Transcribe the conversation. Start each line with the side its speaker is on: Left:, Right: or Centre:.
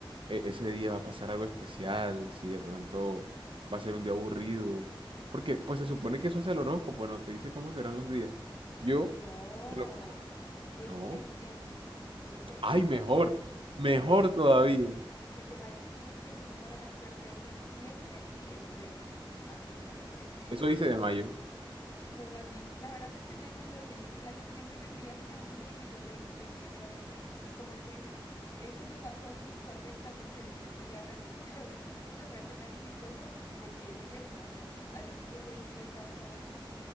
Right: e- ese día va a pasar algo especial, si de pronto va a ser un día aburrido. Porque, pues se supone que eso hace el horóscopo, ¿no? Te dice cómo serán los días. Yo,
Left: No,
Right: en lo personal,
Left: es
Right: no.
Left: el mes, es el mes,
Right: Ay,
Left: por
Right: mejor,
Left: ejemplo,
Right: mejor
Left: este es tu
Right: todavía.
Left: mes. que te va a ir bien, que tu número de la suerte es el 7 y el trece Así normalmente.
Right: Eso dice de mayo.
Left: <laughs> Norma, sí. La verdad, este mes no lo he leído. Es La que siempre me envía es una amiga y que yo voy leyendo así. Y dice- y como tú dices, esto me pasó a mí correctamente el mes. Y ahora que <laughs> lo dices tú, me parece tan chistoso porque es cierto. O sea, a veces le coincide tanto a uno